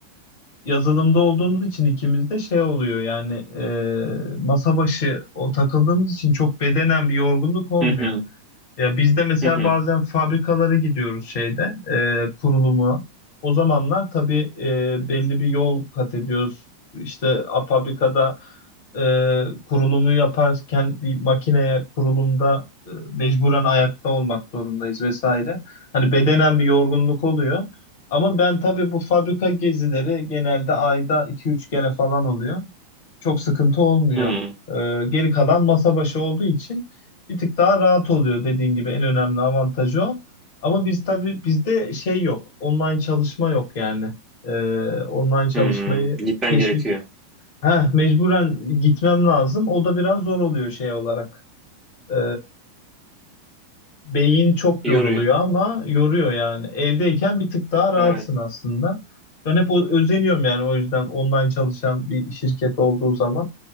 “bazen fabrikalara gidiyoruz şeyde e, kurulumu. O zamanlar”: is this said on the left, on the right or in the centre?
Left